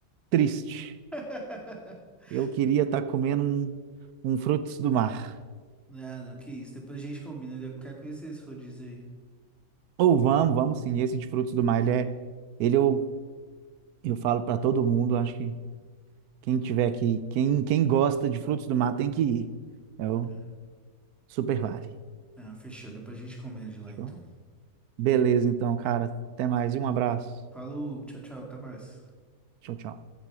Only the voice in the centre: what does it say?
<laughs>
Não, não, que isso. Depois a gente combina. Eu quero conhecer esse rodízio aí.
É.
Ah, fechou. Depois a gente combina de lá,
então.
Falou, tchau, tchau, até mais.